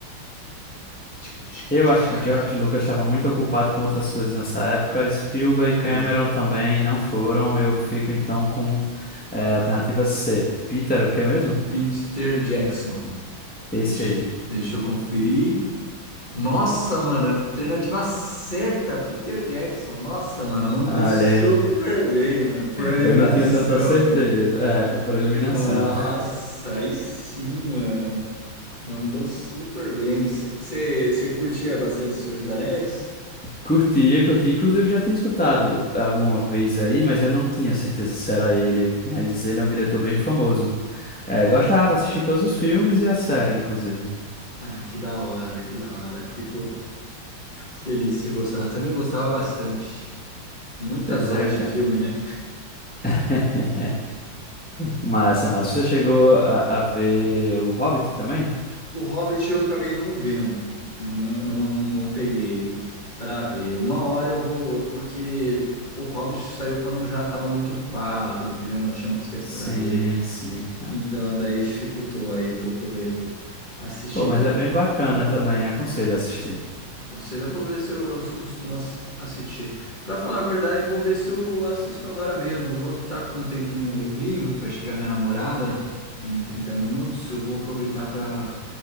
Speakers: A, on the left (about 20°); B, in the centre.
A: Tic, tic,
B: Eu
A: tic,
B: acho
A: tac.
B: que George Lucas estava muito ocupado com outras coisas nessa época. Spielberg e
A: Cruz.
B: Cameron também não foram. Eu fico então com é, alternativa C. Peter, o que mesmo?
A: Peter Jackson.
B: Esse
A: Deixa,
B: aí.
A: deixa eu conferir. Nossa, mano, alternativa certa, Peter Jackson. Nossa, mano, mandou
B: Olha
A: super
B: aí.
A: bem, mano, por eliminação
B: Eu não tinha tanta certeza.
A: aí.
B: É, foi por eliminação.
A: Nossa, aí sim, mano. Mandou super bem. Você curtia bastante o Senhor dos Anéis?
B: Curtia, curtia, Inclusive, já tinha escutado alguma vez aí, mas eu não tinha certeza se era ele. Mas ele é um diretor bem famoso. É, gostava, assisti todos os filmes e a série, inclusive.
A: Ah, que da hora, que da hora. Fico, fico feliz de você gostava. Também gostava bastante. Muitas
B: Pois
A: horas
B: é, cara.
A: de filme, né?
B: <laughs> Massa, massa. Você chegou a, a ver o Hobbit também?
A: O Hobbit eu acabei não vendo, não, não, não peguei pra ver. Uma hora eu vou, porque o Hobbit saiu quando eu já estava muito ocupado, entendeu? Não tinha muito tempo
B: Sim,
A: pra ver,
B: sim. Ah,
A: então daí dificultou aí para eu poder assistir.
B: Pô, mas
A: Vou-
B: é bem bacana também. Aconselho a assistir.
A: Conselho, eu vou ver se eu, se eu costumo ass- assistir. Pra falar a verdade, eu vou ver se eu assisto agora mesmo. Eu vou estar com um tempinho um livrinho, vai chegar minha namorada em 30 minutos. Eu vou aproveitar pra